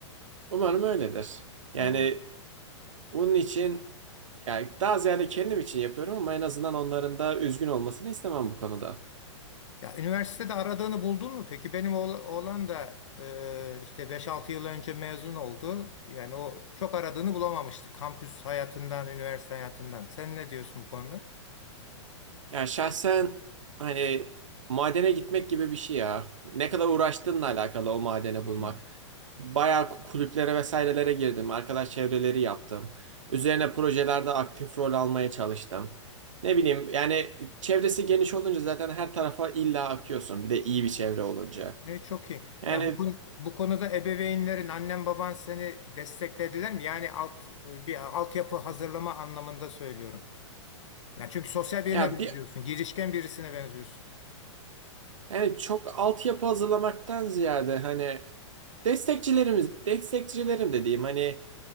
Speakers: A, on the right; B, on the left.
A: Umarım öyledir.
B: Tamam.
A: Yani bunun için yani daha ziyade kendim için yapıyorum ama en azından onların da üzgün olmasını istemem bu konuda.
B: Ya üniversitede aradığını buldun mu? Peki benim oğla- oğlan da e, işte beş altı yıl önce mezun oldu. Yani o çok aradığını bulamamıştı. Kampüs hayatından, üniversite hayatından. Sen ne diyorsun bu konuda?
A: Yani şahsen hani madene gitmek gibi bir şey ya. Ne kadar uğraştığınla alakalı o madeni
B: Hı.
A: bulmak. Bayağı ku- kulüplere vesairelere girdim. Arkadaş çevreleri yaptım. Üzerine projelerde aktif rol almaya çalıştım. Ne bileyim yani çevresi geniş olunca zaten her tarafa illa akıyorsun. Bir de iyi bir çevre olunca.
B: Ne çok iyi.
A: Yani
B: Ya bu konu, bu konuda ebeveynlerin, annen baban seni desteklediler mi? Yani alt bir altyapı hazırlama anlamında söylüyorum. Yani çünkü sosyal birine
A: ya
B: benziyorsun,
A: bir
B: girişken birisine benziyorsun.
A: Yani çok altyapı hazırlamaktan ziyade hani destekçilerimiz, destekçilerim dediğim hani